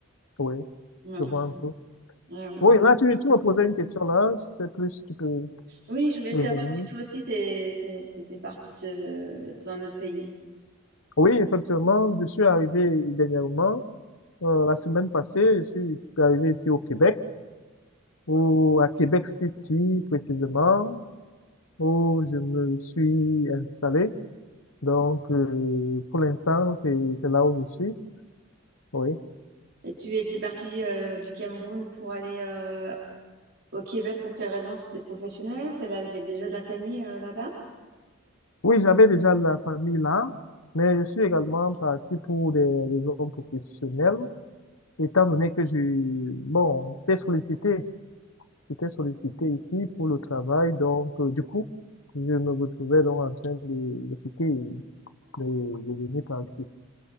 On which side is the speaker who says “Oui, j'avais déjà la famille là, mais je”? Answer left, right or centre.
Left